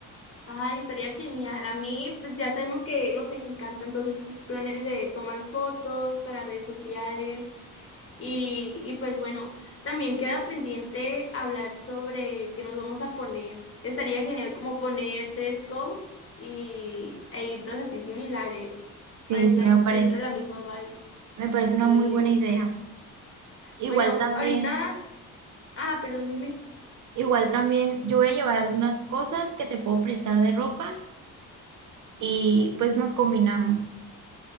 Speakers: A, on the left; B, on the right.
A: Ay, estaría genial. A mí, pues ya sabemos que nos encantan todos estos planes de tomar fotos para redes sociales. Y, y pues bueno, también queda pendiente hablar sobre qué nos vamos a poner. Estaría genial como poner dress code y, e ir todas así similares
B: Sí,
A: para estar
B: sí, me
A: en-
B: parece,
A: dentro de la misma vibe.
B: me parece
A: Sí.
B: una muy buena idea. Igual
A: Bueno,
B: también,
A: ahorita, ah, perdón, dime.
B: igual también yo voy a llevar algunas cosas que te puedo prestar de ropa y pues nos combinamos.